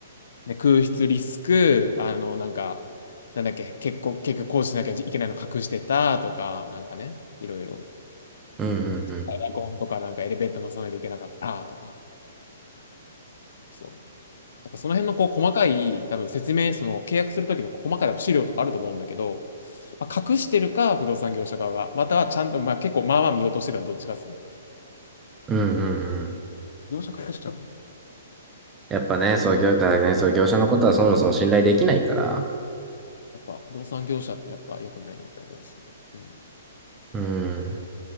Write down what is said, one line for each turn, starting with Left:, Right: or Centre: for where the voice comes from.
Left: うね、空室リスク、あの、なんか、なんだっけ、結構、結局こうしなきゃいけないの隠してたとか、なんかね、いろいろ。
Right: うん、うん、うん。
Left: エアコンとかなんかエレベーター乗さないといけなかったとか、そう。だからその辺のこう細かい、多分説明、その契約するときの細かい資料とかあると思うんだけど、まあ、隠してるか、不動産業者側が、またはちゃんと、まあ結構まあまあ見落としてるのはどっちかですね。
Right: うん、うん、うん。
Left: 業者隠しちゃうんで、
Right: やっぱね、そう、業、だね、そう、業者のことはそもそも信頼できないから、
Left: やっぱ不動産業者ってやっぱ良くないなって思うんですね。うん。
Right: うん、